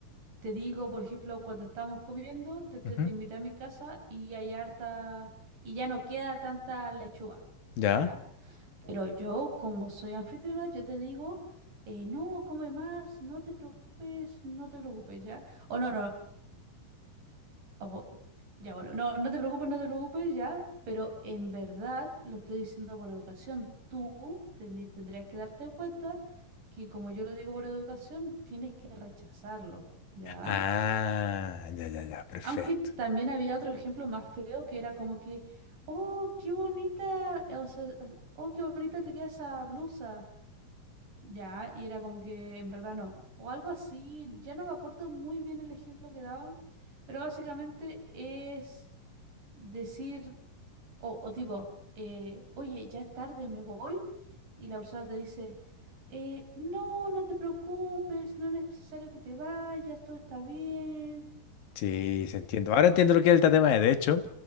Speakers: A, on the right; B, on the left.
A: Te digo, por ejemplo, cuando estamos comiendo, te, te,
B: Ujú.
A: te invité a mi casa y hay harta, y ya no queda tanta lechuga,
B: ¿Ya?
A: ¿ya? Pero yo, como soy anfitriona, yo te digo, eh, no, come más, no te preocupes, no te preocupes, ¿ya? O no, no, o, ya, bueno, no, no te preocupes, no te preocupes, ¿ya? Pero en verdad, lo estoy diciendo por educación, tú teni- tendrías que darte cuenta que como yo lo digo por educación, tienes que rechazarlo, ¿ya?
B: Ah, ya, ya, ya, perfecto.
A: Aunque también había otro ejemplo más feo que era como que, oh, qué bonita, eh, o sea, as- oh, qué bonita te queda esa blusa. Ya, y era como que en verdad no. O algo así, ya no me acuerdo muy bien el ejemplo que daban, pero básicamente es decir, o, o tipo, eh, oye, ya es tarde, me voy. Y la persona te dice, eh, no, no te preocupes, no es necesario que te vayas, todo está bien.
B: Sí, se entiendo. Ahora entiendo lo que es el tatema de. De hecho,